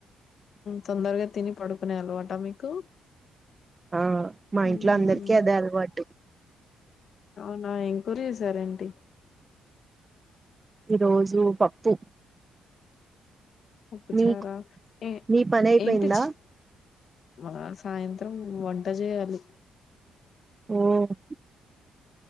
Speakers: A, on the left (about 60°); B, on the right (about 25°).
A: తొందరగా తిని పడుకునే అలవాట మీకు
B: ఆ మా
A: ఉమ్,
B: ఇంట్లో అందరికిీ అదే అలవాటు.
A: అవునా ఇం కూర చేశారంటి?
B: ఈరోజు పప్పు
A: ఉప్పుచారా
B: మీకు
A: ఏ
B: మీ పని అయిపోయిందా
A: ఏంటి చి మ సాయంత్రం వంట చేయాలి.
B: ఉమ్